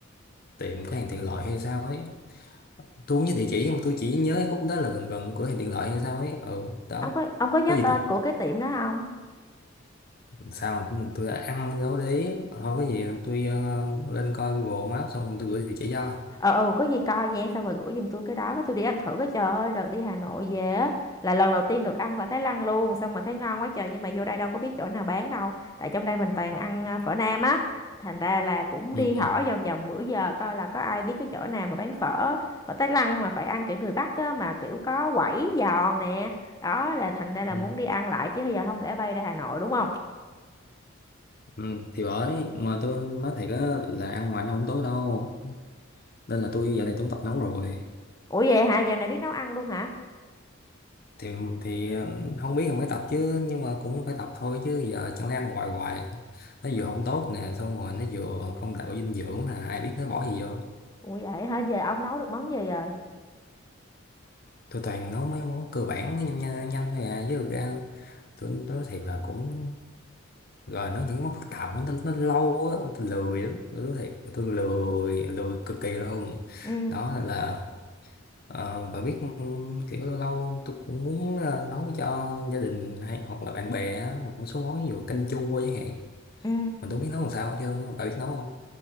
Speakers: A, on the left; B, on the left.
A: tiệm cái hàng tiện lợi hay sao ấy tôi không nhớ địa chỉ nhưng mà tôi chỉ nhớ khúc đó là gần gần cửa hàng tiện lợi hay sao ấy ừ đó
B: ông có ông có nhớ
A: có gì
B: tên của cái tiệm đó không
A: sao tôi đã ăn dấu đấy thôi cái gì tôi ờ, lên coi Google Maps xong tôi gửi địa chỉ cho
B: ờ ừ có gì coi nha xong rồi gửi giùm tôi cái đó cái tôi đi ăn thử cái trời ơi đợt đi Hà Nội về á là lần đầu tiên được ăn phở Thái Lan luôn xong mà thấy ngon quá trời nhưng mà vô đây đâu có biết chỗ nào bán đâu tại trong đây mình toàn ăn à, phở Nam á thành ra là cũng
A: ừ,
B: đi hỏi
A: ừ,
B: vòng vòng bữa giờ coi là có ai biết cái chỗ nào mà bán phở phở Thái Lan mà phải ăn kiểu người Bắc á mà kiểu có quẩy giòn nè đó là thành ra là
A: ừ.
B: muốn đi ăn lại chứ giờ không lẽ bay ra Hà Nội đúng không
A: ừ, thì bởi mà tôi nói thiệt á là ăn ngoài nó không tốt đâu nên là tôi giờ này cũng tập nấu rồi
B: ủa vậy hả giờ này biết nấu ăn luôn hả
A: thì thì ờ, không biết không phải tập chứ nhưng mà cũng phải tập thôi chứ giờ chẳng lẽ ăn hoài hoài nó vừa không tốt nè xong rồi nó vừa không đảm bảo dinh dưỡng là ai biết nó bỏ gì vô
B: ủa vậy hả giờ ông nấu được món gì rồi
A: tôi toàn nấu mấy món cơ bản nó nhanh nhanh, nhanh thôi à chứ thực ra tôi tôi nói thiệt là cũng rồi nó những món phức tạp quá, nó, nó lâu á tôi lười lắm tôi nói thiệt tôi lười lười cực kỳ luôn
B: ừ
A: đó nên là ờ, bà biết kiểu lâu lâu tôi cũng muốn ờ, nấu cho gia đình hay hoặc là bạn bè á, một số món ví dụ canh chua chẳng hạn
B: ừ
A: mà tôi không biết nấu làm sao hết trơn á. bà biết nấu không